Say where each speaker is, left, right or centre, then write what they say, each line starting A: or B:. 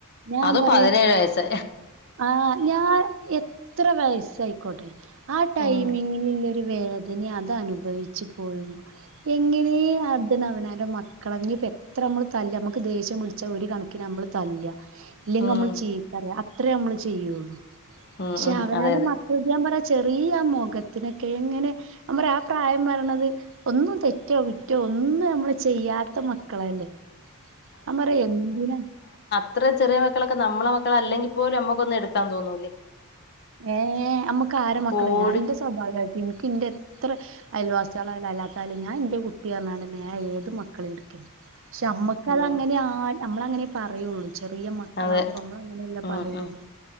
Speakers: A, on the right; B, on the left.
A: ഞാൻ
B: അതും
A: പറയാ
B: പതിനേഴ് വയസ്സ്
A: ആ ഞാൻ എത്ര വയസ്സായിക്കോട്ടെ ആ ടൈമിങ്ങിനില്ലെ
B: ഉം
A: ഒരു വേദനയത് അനുഭവിച്ച് പോരുമ്പോ എങ്ങനേ അതിനവനാന്റെ മക്കളെ ഇഞ്ഞി ഇപ്പോ എത്ര നമ്മള് തല്ല നമുക്ക് ദേഷ്യം പിടിച്ചാ ഒരു കണക്കിന് നമ്മള് തല്ല്യ ഇല്ലെങ്കി
B: ഉം
A: നമ്മള് ചീത്ത പറയും അ അത്രേ നമ്മള് ചെയ്യുള്ളൂ
B: ഉം
A: പക്ഷെ
B: ഉം
A: അവനാന്റെ
B: അതെ അതെ
A: മക്കളെത് ഞാൻ പറ ചെറിയ ആ മുഖത്തിനൊക്കെ എങ്ങനെ ഞാൻ പറയാ ആ പ്രായം വരണത് ഒന്നും തെറ്റോ കുറ്റോ ഒന്നും നമ്മള് ചെയ്യാത്ത മക്കളല്ലേ ഞാൻ പറയാ എന്തിനാ
B: ഇത്രയും ചെറിയ മക്കളൊക്കെ നമ്മളെ മക്കളല്ലെങ്കി പോലും നമ്മുക്കൊന്ന് എടുക്കാൻ തോന്നൂല്ലേ
A: ഏ ഞമ്മക്ക് ആര മക്കള
B: പോടി
A: ഞാൻ എന്റെ സ്വഭവാട്ടെ ഇനിക്ക് എന്റെ എത്ര അയൽവാസികളായാലും അല്ലാത്തായാലും ഞാൻ എൻ്റെ കുട്ടി പറഞ്ഞാ ഏത് മക്കളേം എടുക്കല് പക്ഷെ നമ്മുക്ക്
B: ഉം
A: അതങ്ങനെ ആ നമ്മള് അങ്ങനെ പറയുള്ളൂ ചെറിയ മക്കളാാവുമ്പോ
B: അതെ
A: നമ്മള് അങ്ങനെല്ലേ
B: ഉം
A: പറയുള്ളൂ
B: ഉം